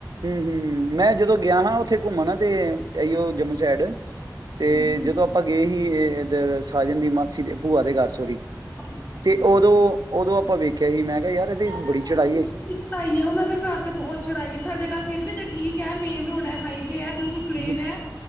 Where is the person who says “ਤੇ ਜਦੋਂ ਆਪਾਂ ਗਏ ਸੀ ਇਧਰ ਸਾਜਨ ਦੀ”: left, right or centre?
Right